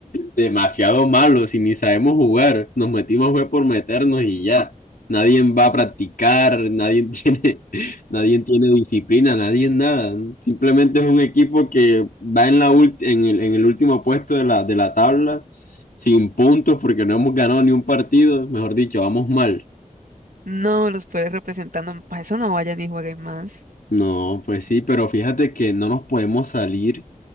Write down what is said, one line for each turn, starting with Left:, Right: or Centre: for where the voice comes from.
Left: demasiado malos y ni sabemos jugar. Nos metimos fue por meternos y ya. Nadie va a practicar, nadie tiene, <laughs> nadie tiene disciplina, nadie nada. Simplemente es un equipo que va en la ult- en el, en el último puesto de la, de la tabla sin puntos porque no hemos ganado ni un partido. Mejor dicho, vamos mal.
Right: No los puedes representando. Para eso no vayan y jueguen más.
Left: No, pues sí, pero fíjate que no nos podemos salir